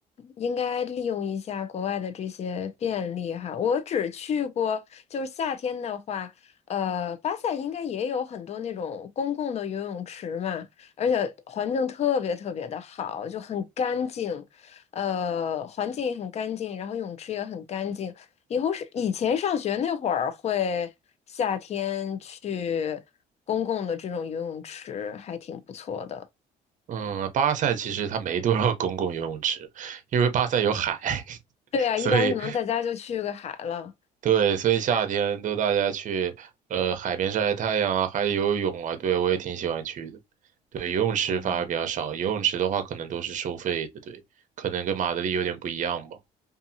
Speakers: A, on the left (about 40°); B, on the right (about 50°).
A: 应该利用一下国外的这些便利哈。我只去过，就是夏天的话，呃，巴塞应该也有很多那种公共的游泳池嘛，而且环境特别特别的好，就很干净，呃，环境也很干净，然后泳池也很干净。以后是以前上学那会儿会夏天去公共的这种游泳池，还挺不错的。
B: 嗯，巴塞其实它没多少公共游泳池，因为巴塞有海，<laughs>
A: 对啊，
B: 所以。
A: 一般可能大家就去个海了。
B: 对，所以夏天都大家去呃海边晒晒太阳啊，还有游泳啊，对，我也挺喜欢去的。对，游泳池反而比较少，
A: 哦，
B: 游泳池的话可能都是收费的，对，可能跟马德里有点不一样吧。